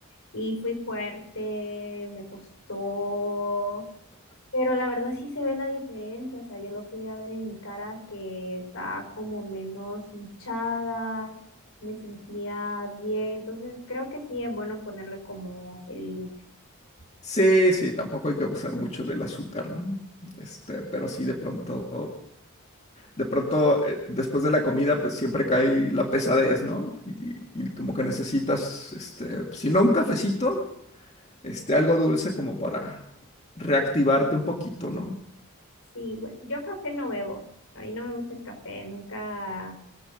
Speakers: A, on the left; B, on the left.
A: Y fui fuerte, me costó. Pero la verdad sí se ve la diferencia. O sea, yo lo podía ver en mi cara que estaba como menos hinchada, me sentía bien. Entonces creo que sí es bueno ponerle como el límite.
B: Sí, sí, tampoco hay que abusar mucho del azúcar, ¿no? Este, pero sí de pronto, de pronto, eh, después de la comida, pues siempre cae la pesadez, ¿no? Y, y- y como que necesitas, este, pues, si no un cafecito, este, algo dulce como para reactivarte un poquito, ¿no?
A: Sí, bueno, yo café no bebo. A mí no me gusta el café, nunca.